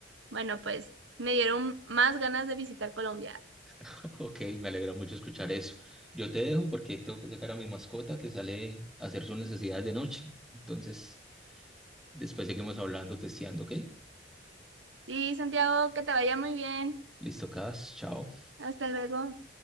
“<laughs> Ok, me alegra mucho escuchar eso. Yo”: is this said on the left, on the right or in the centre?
Centre